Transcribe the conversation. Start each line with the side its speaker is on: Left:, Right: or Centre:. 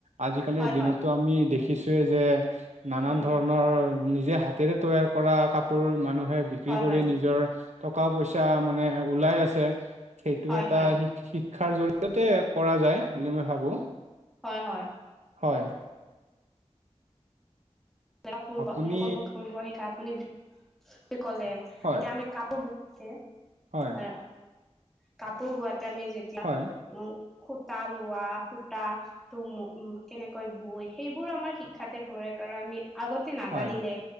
Right: আজিকালিৰ
Centre: হয়
Right: দিনতো
Centre: হয়
Right: আমি দেখিছোয়ে যে নানান
Centre: উম
Right: ধৰণৰ নিজে হাতেৰে তৈয়াৰ কৰা কাপোৰ মানুহে বিক্ৰী
Centre: হয়
Right: কৰি
Centre: হয়
Right: নিজৰ টকা পইচা মানে ওলাই আছে সেইটো
Centre: হয়
Right: এটা
Centre: হয়
Right: শিক্ষাৰ জৰিয়তে কৰা যায় বুলি মই ভাবো।
Centre: হয়, হয়।
Right: হয়।
Centre: <unintelligible>
Right: আপুনি
Centre: শিকা আপুনি কি ক'লে
Right: হয়
Centre: এতিয়া আমি কাপোৰ <unintelligible>
Right: হয়
Centre: কাপোৰ বোৱাতে আমি যেতিয়া
Right: হয়
Centre: উম সুতা লোৱা সুতা টো উম কেনেকৈ বৈ সেইবোৰ আমাৰ শিক্ষাতে পৰে। কাৰণ আমি আগতে নাজানিলে
Right: হয়